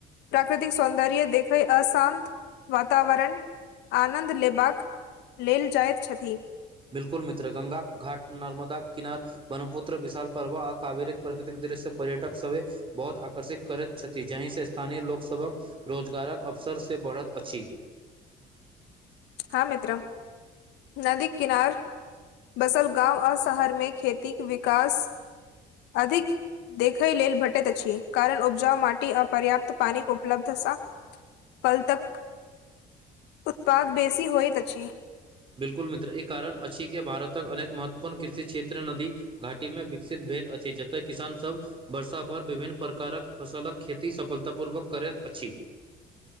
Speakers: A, on the left (about 85°); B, on the right (about 30°).
A: प्राकृतिक सौन्दर्य देखै, आ शान्त वातावरण आनंद ले। बाक लेल जाइत छथि।
B: बिल्कुल मित्र, गङ्गा घाट, नर्मदा किनार। बनपुत्र विशाल परव आ कावेरिक प्रकृतिक दृश्य पर्यटक सबे। बहुत आकर्षित करैत छथि, जहि से स्थानीय लोकसभक। रोजगारक अवसर से बढ़त अछि।
A: हँ मित्र, नदी किनार। बसल गाँव आओर शहर में खेती विकास। अधिक देखय लेल भटेैत अछि, कारण उपजाऊ माट। अपरर्याप्त पानी के उपलब्ध सा फल तक उत्पाद। बेसी होइत अछी।
B: बिल्कुल मित्र, ई कारण अछि के भारतक अनेक महत्वपूर्ण कृषि क्षेत्र नदी। घाटी में विकसित भेल अछि, जतय किसानसभ। वर्षा भर विभिन्न प्रकारक फसलक खेती सफलता पूर्वक करैत अछि।